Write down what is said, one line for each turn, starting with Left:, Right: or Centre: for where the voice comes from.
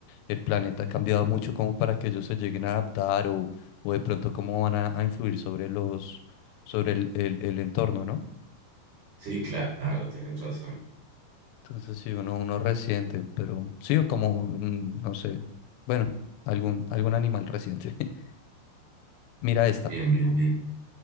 Left: el planeta ha cambiado mucho como para que ellos se lleguen a adaptar o, o de pronto cómo van a, a influir sobre los, sobre el, el, el entorno, ¿no?
Right: Sí, claro, tienes razón.
Left: Entonces sí, uno, uno resiente, pero sí, o como, mm, no sé, bueno, algún, algún animal reciente. <laughs> Mira esta.
Right: Bien, bien, bien.